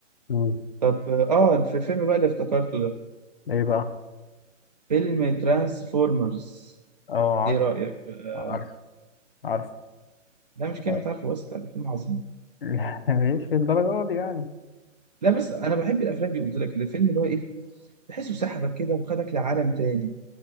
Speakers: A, on the left (about 45°); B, on the right (about 35°).
A: مم.
B: طب آه في الفيلم بقى اللي افتكرته ده
A: ايه بقى
B: فيلم ترانسفورمرز
A: اه عارف
B: إيه رأيك بقى؟
A: عارف عارف
B: لا مش
A: <laughs>
B: كلمة عارفه بس لا ده فيلم عظيم
A: لا مش للدرجة دي يعني
B: لا بس انا بحب الافلام دي قلت لك الفيلم اللي هو ايه تحسه سحبك كده وخدك لعالم تاني